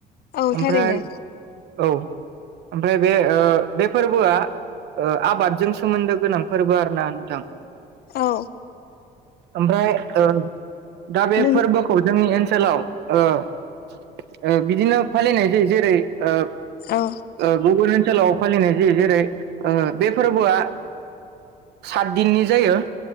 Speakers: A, on the left (about 65°); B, on the right (about 80°).
A: औ
B: ओमफ्राय
A: थारैनो
B: औ ओमफ्राय बे ओ बे फोरबोआ ओ आबादजों सोमोन्दो गोनां फोरबो आरो ना नोंथां।
A: औ
B: ओमफ्राय ओ दा बे
A: नों
B: फोरबोखौ जोंनि ओन सोलाव ओ ओ बिदिनो फालिनाय जायो। जेरै ओ
A: औ
B: ओ गुबुन ओनसोलाव फालिनाय जायो। जेरै ओ बे फोरबोआ सात दिननि जायो।